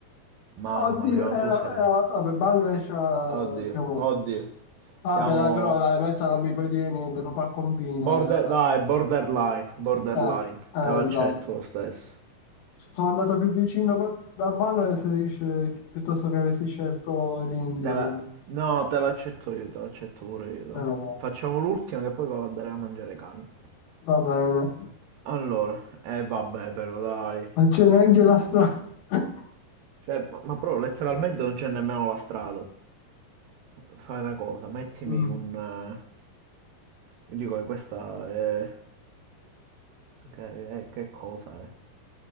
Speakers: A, on the right; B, on the left.
A: Mamma
B: Oddio,
A: mia, ma
B: era,
A: tu sei.
B: era- vabbè, Bangladesh era
A: Oddio,
B: più o meno.
A: oddio.
B: Vabbè,
A: Siamo
B: dai, però dai, questa non mi puoi dire niente, proprio al confine.
A: border, dai, borderline, borderline.
B: Eh, eh,
A: Te l'accetto
B: dai.
A: lo stesso.
B: Sono andato più vicino co- dal Bangladesh eh, piuttosto che avessi scelto l'India,
A: Te
B: quindi,
A: la... No, te l'accetto io, te l'accetto pure io, dai.
B: meno male.
A: Facciamo l'ultima che poi vado a dare a mangiare ai cani.
B: Va bene.
A: Allora, eh vabbè però dai.
B: Ma c'è neanche la strada. <laughs>
A: Cioè, ma, ma però letteralmente non c'è nemmeno la strada. Fai una cosa, mettimi
B: Mm.
A: un... eh, Io dico che questa è... Che, è- che cosa è?